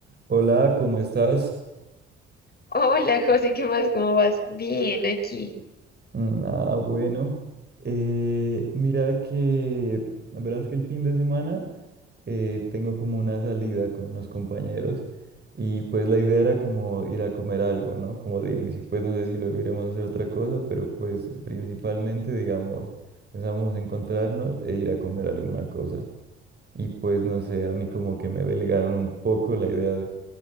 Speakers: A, on the right; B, on the left.
A: Hola, ¿cómo estás?
B: Hola, José, ¿qué más? ¿Cómo vas? Bien, aquí.
A: Mm, Ah, bueno. Eh, mira que, verás que el fin de semana eh, tengo como una salida con unos compañeros y pues la idea era como ir a comer algo, ¿no? Como de inicio. Pues no sé si luego iremos a hacer otra cosa, pero pues principalmente, digamos, pensábamos encontrarnos e ir a comer alguna cosa. Y pues no sé, a mí como que me delegaron un poco la idea